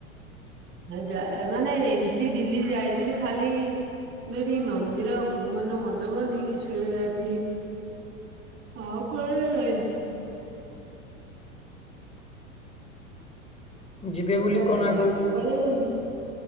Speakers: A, on the right; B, on the left.
A: ନା ଯା ମାନେ ଏମିତି ଦିଲ୍ଲୀ ଯାଇଥିଲି ଖାଲି -- ଦିଲ୍ଲୀ ମନ୍ଦିର କୋଉ ମନ୍ଦିର ମନେ ପଡୁନି ସେଇଟା ଯାଇଥିଲି। ଆଉ କୁଆଡ଼େ ଯାଇନି।
B: ଯିବେ
A: ଆଉ
B: ବୋଲି
A: କୁଆଡେ
B: କଣ
A: ଯାଇନି।
B: ଆଗକୁ
A: ଆପଣ କୁଆଡେ ଜାଇଚନ୍ତି?